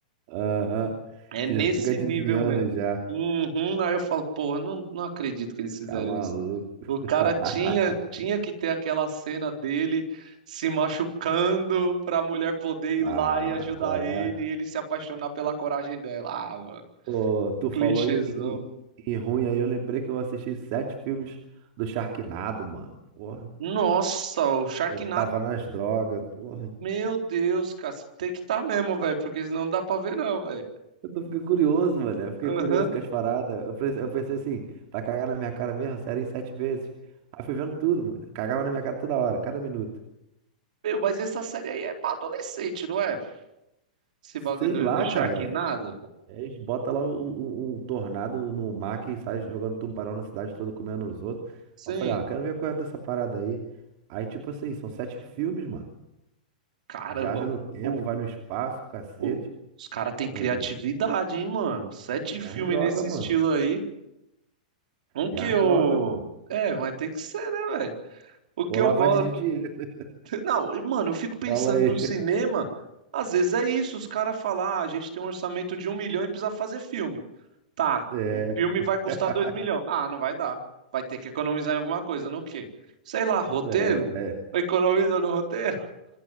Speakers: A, on the right; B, on the right.
A: Aham.
B: É
A: Tu
B: nesse
A: já fica adivinhando
B: nível mesmo.
A: já.
B: Uhum. Aí eu falo, porra, não, não acredito que eles fizeram
A: Tá maluco.
B: isso.
A: <laughs>
B: O cara tinha, tinha que ter aquela cena dele se machucando pra mulher poder ir
A: Ah,
B: lá e ajudar
A: qual é?
B: ele, e ele se apaixonar pela coragem dela. Ah, mano,
A: Pô, tu falou
B: clichêzão.
A: em, em, em ruim aí, eu lembrei que eu assisti sete filmes do Sharknado, mano. Porra,
B: Nossa, o Sharknado,
A: eu tava nas drogas, porra.
B: meu Deus, cara, você tem que estar mesmo, velho, porque senão não dá pra ver não, velho.
A: Eu tô- fiquei curioso, mano. Eu fiquei
B: Aham.
A: curioso com as paradas. Eu pensei, eu pensei assim, vai cagar na minha cara mesmo? Sério, em sete vezes. Aí fui vendo tudo, mano. Cagava na minha cara toda hora, cada minuto.
B: Meu, mas essa série aí é pra adolescente, não é? Esse
A: Sei
B: bagulho do,
A: lá,
B: do Sharknado?
A: cara. é- é, Eles botam lá o um- um tornado no mar que sai jogando tubarão na cidade toda, comendo os outros.
B: Sim.
A: Aí eu falei, ó, quero ver qual é dessa parada aí. Aí, tipo assim, são sete filmes, mano.
B: Caramba,
A: Viaja no tempo,
B: pô,
A: vai no espaço, cacete.
B: pô, os caras têm
A: Ah,
B: criatividade, hein, mano? Sete
A: é
B: filmes
A: as droga,
B: nesse
A: mano.
B: estilo aí. Um que
A: É as
B: eu.
A: droga, mano.
B: É, mas tem que ser, né, velho? O que
A: Ou
B: eu
A: lavagem
B: gosto.
A: de dinheiro. <laughs>
B: <laughs> Não, e, mano, eu fico pensando
A: Fala aí.
B: no cinema. Às vezes é isso, os caras falam, ah, a gente tem um orçamento de um milhão e precisa fazer filme. Tá,
A: É.
B: o filme vai custar
A: <laughs>
B: dois milhões. Ah, não vai dar. Vai ter que economizar em alguma coisa, no quê? Sei lá, roteiro?
A: É,
B: Economiza no roteiro?